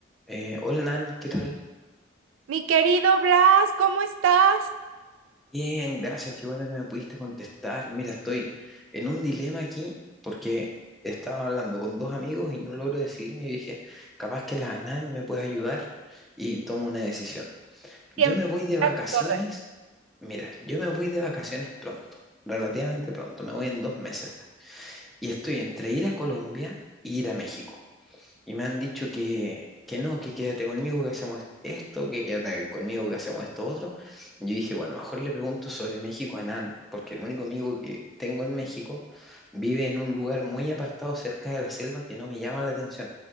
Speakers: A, in the centre; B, on the right.
A: Eh, hola Nan, ¿qué tal?
B: Mi querido Blas, ¿cómo estás?
A: Bien, gracias, qué bueno que me pudiste contestar. Mira, estoy en un dilema aquí porque estaba hablando con dos amigos y no logro decidirme y dije, capaz que la Nan me puede ayudar y tomo una decisión.
B: Siempre
A: Yo me voy de vacaciones,
B: a tus órdenes.
A: mira, yo me voy de vacaciones pronto, relativamente pronto, me voy en dos meses. Y estoy entre ir a Colombia e ir a México. Y me han dicho que, que no, que quédate conmigo, que hacemos esto, que quédate conmigo, que hacemos esto otro. Y yo dije, bueno, mejor le pregunto sobre México a Nan, porque el único amigo que tengo en México vive en un lugar muy apartado cerca de la selva que no me llama la atención.